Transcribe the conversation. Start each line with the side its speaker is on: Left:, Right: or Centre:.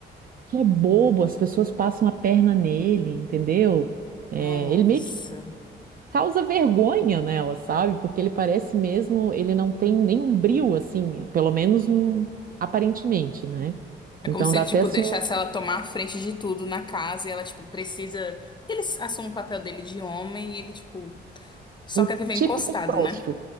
Right: que é bobo, as pessoas passam a perna nele, entendeu? É,
Left: Nossa.
Right: ele meio que causa vergonha nela, sabe? Porque ele parece mesmo, ele não tem nenhum brio, assim, pelo menos hum, aparentemente, né?
Left: É
Right: Então
Left: como se
Right: dá
Left: ele,
Right: até
Left: tipo,
Right: assim,
Left: deixasse
Right: um,
Left: ela tomar a frente de tudo na casa e ela, tipo, precisa. Ele assume o papel dele de homem e ele, tipo, só
Right: um
Left: quer viver
Right: típico
Left: encostado,
Right: frouxo.
Left: né?